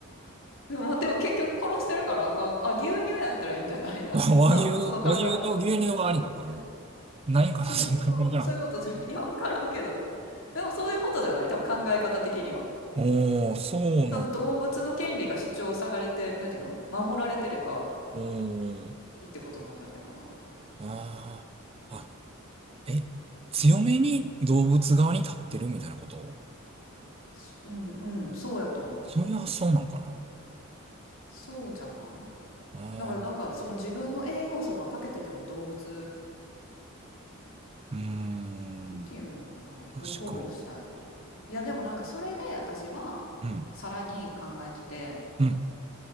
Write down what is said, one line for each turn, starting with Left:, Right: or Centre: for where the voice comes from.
Left: でも、でも結局殺してるからあかん。あ、牛乳やったらいいんじゃないだな、
Right: う。<laughs> 和牛、
Left: その考え方。
Right: 和牛の牛乳はありなんかな
Left: 私いや
Right: ないんかなそんな、
Left: そう、そう、
Right: わからん。
Left: そういうことじゃ、いや、わからんけど。でもそういうことじゃない多分考え方的には。
Right: おー、そうなん
Left: その動物の権利が主張されて、なんていうの守られてれば
Right: や。うん。
Left: いいってことなんじゃないかな。
Right: ああ。あ、え、強めに動物側に立ってるみたいなこと
Left: そうんうん、そうやと思う。
Right: そういう発想なんかな
Left: そうじゃない
Right: ああー、
Left: だからなんかその自分の栄養素が欠けてても動物
Right: うーん。
Left: なんて言うんやろうなを保護したいみたいないやでもなんかそれで私はさらに考えてて
Right: 確かに。うん。うん。